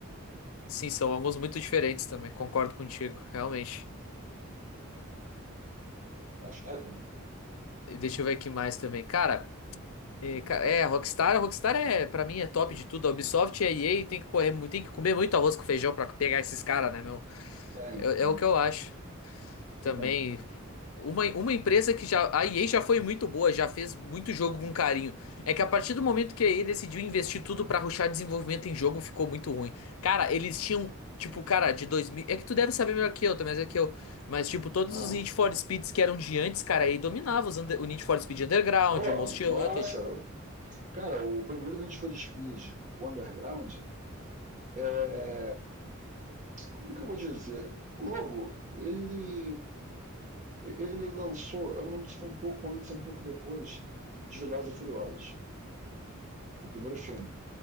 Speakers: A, on the left; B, on the right.
A: sim, são alguns muito diferentes também, concordo contigo, realmente.
B: Acho, ah,
A: Deixa eu ver aqui mais também. Cara. É cara, é, a Rockstar, a Rockstar é, pra mim, é top de tudo. A Ubisoft e a EA tem que correr, mu- tem que comer muito arroz com feijão pra pegar esses caras, né, meu?
B: tem,
A: É,
B: tem.
A: é o que eu acho. Também,
B: Perdão.
A: uma, uma empresa que já, a EA já foi muito boa, já fez muito jogo com carinho. É que a partir do momento que a EA decidiu investir tudo pra rushar desenvolvimento em jogo, ficou muito ruim. Cara, eles tinham, tipo, cara, de 2000. é que tu deve saber melhor que eu, também, é que eu, mas, tipo, todos
B: Aham.
A: os Need for Speeds que eram de antes, cara, a EA dominava os under- o Need for Speed Underground,
B: oh
A: o Most
B: nossa,
A: Wanted.
B: cara, o primeiro Need for Speed, o Underground, é, como que eu vou dizer? O jogo, ele, ele lançou, eu não lembro se foi um pouco antes ou um pouco depois de Velozes e Furiosos, do primeiro filme.